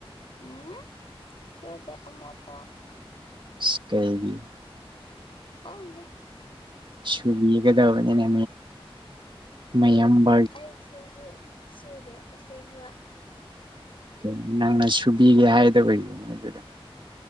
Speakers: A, on the left (about 60°); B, on the right (about 55°).
A: ꯎꯝ ꯁꯨꯗꯦ ꯑꯃꯣꯠꯄ ꯫
B: ꯁꯤ ꯀꯩꯒꯤ ꯫
A: ꯈꯪꯗꯦ ꯫
B: ꯁꯨꯕꯤꯒꯗꯕꯅꯤꯅꯦ ꯃꯌꯥꯝ ꯃꯌꯥꯝ
A: ꯑꯩꯁꯨꯖꯨ ꯆꯨꯗꯦ ꯑꯁꯦꯡꯕ꯫
B: ꯀꯩ ꯅꯪꯅ ꯁꯨꯕꯤꯒꯦ ꯍꯥꯏꯗꯕꯒꯤꯅꯦ ꯑꯗꯨꯗ꯫ ꯍ